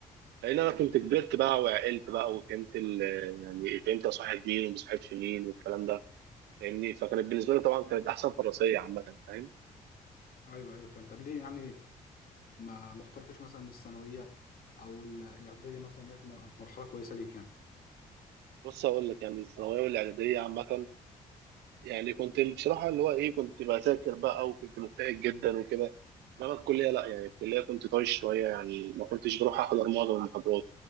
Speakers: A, on the right; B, on the left.
A: لأن أنا كنت كبرت بقى وعقلت بقى وفهمت ال- آه، يعني فهمت أصاحب مين وما أصاحبش مين والكلام ده فاهمني فكانت بالنسبة لي طبعا كانت أحسن فترة دراسية عامة فاهم
B: ايوه ايوه فهمت طب ليه يعني ما ما اخترتش مثلا الثانويه او ال- الاعداديه مثلا إن هي كانت مرحله كويسه ليك يعني
A: بص أقول لك يعني الثانوية والإعدادية عامة يعني كنت بصراحة اللي هو إيه كنت بذاكر بقى وكنت مجتهد جدا وكده إنما الكلية لأ يعني الكلية كنت طايش شوية يعني ما كنتش بروح أحضر معظم المحاضرات